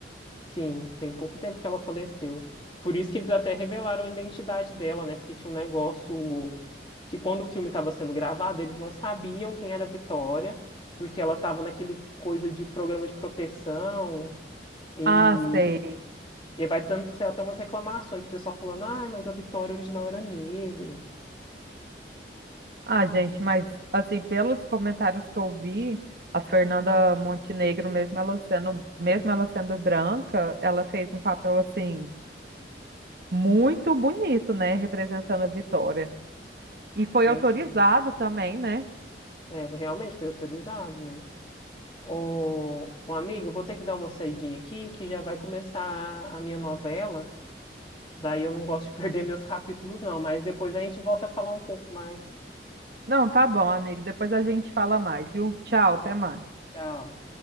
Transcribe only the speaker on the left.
Sim, tem pouco tempo que ela faleceu. Por isso que eles até revelaram a identidade dela, né? Porque tinha um negócio que quando o filme estava sendo gravado, eles não sabiam quem era a Vitória, porque ela estava naquele coisa de programa de proteção. E
E aí vai tanto que saiu até umas reclamações, o pessoal falando, ah, mas a Vitória original era negra.
Pois
é,
É, realmente foi autorizado, né? Ô, ô, amigo, eu vou ter que dar uma saidinha aqui, que já vai começar a minha novela. Daí eu não gosto de <laughs> perder meus capítulos, não, mas depois a gente volta a falar um pouco mais.
Tchau.